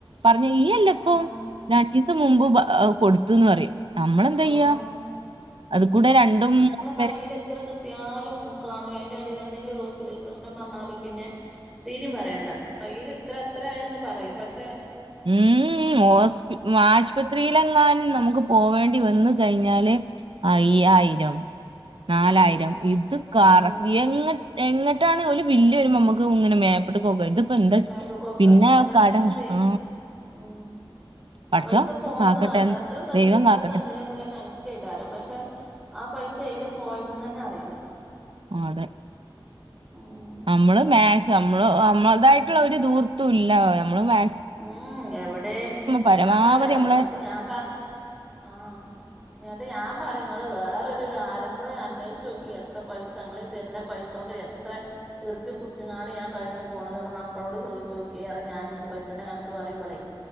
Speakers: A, on the right; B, in the centre.
A: പർഞ്ഞ് ഈയല്ലപ്പം
B: ആഹ്
A: രണ്ടീസം മുമ്പ് കൊട്ത്ത്ന്ന് പറയും. നമ്മളെന്തയ്യാ
B: ആഹ്
A: അത് കൂടെ രണ്ടും
B: കയ്യില്
A: പേരെ
B: എത്ര കിട്ടിയാലും കാണുല. അയിന്റെ എടേല് എന്തെങ്കിലും ഒരു ഹോസ്പിറ്റൽ പ്രശ്നം പർഞ്ഞാല് പിന്നെ തീരിം പറയണ്ട കയ്യില് ഇത്ര അത്ര ആയന്ന് പറയും പശേ
A: ഉം ഉം ഓസ് ആശുപത്രിയിലെങ്ങാനും നമുക്ക് പോവേണ്ടി വന്ന് കഴിഞ്ഞാല്
B: ഉം
A: അയ്യായിരം നാലായിരം
B: ഉം
A: ഇത് കറ
B: ഉം
A: എങ്ങനെ എങ്ങട്ടാണ് ഓല് ബില്ലരുമ്പോ അമ്മക്ക് ഇങ്ങനെ മേപ്പട്ട്ക്കോക്ക ഇത്പ്പോ എന്താ
B: മേപ്പട്ട്ക്കോക്ക
A: പിന്നെ
B: അതെന്നെ
A: കടം
B: അർഞ്ഞതേ
A: ആ
B: ഉം
A: പടച്ചോൻ
B: പൈസ പോണത്
A: കാക്കട്ടെന്ന്
B: അറീല്ല. അത്ര തന്നില്ലെ
A: ദൈവം
B: ഇത്ര
A: കാക്കട്ടെ
B: തന്നില്ലെ ന്നില്ല കണ ക്കേക്കാരം പശേ ആ പൈസ എയ്ലെ പോയത് ന്നെന്നെ അറീല്ല.
A: ആഹ് അതെ
B: ഉം
A: നമ്മള് മാത് നമ്മള് നമ്മളതായിട്ടുള്ള ഒരു ദൂർത്തും ഇല്ല നമ്മള് മാ
B: ഉം എവിടെ
A: പരമാവധി
B: ഞാൻ പറയാ
A: നമ്മളെ
B: ഇങ്ങട്ട് ഞാൻ പ ആ ന്നട്ട് ഞാൻ പറിം ഇങ്ങള് വേറൊരു ആരെങ്കിലൊടി അന്വേഷിച്ച് നോക്കി എത്ര പൈസങ്ങള് തര്ന്ന പൈസോണ്ട് എത്ര ഇർക്കി പുട്ച്ച്ങ്ങാണ്ട് ഞാൻ കഴിഞ്ഞു പോണത് ഇവിടെ മക്കളോട് ചോയ്ച്ചോക്കി അറിം ഞാനിങ്ങട്ട് പൈ സന്റെ കണക്ക് പറിംമ്പളേ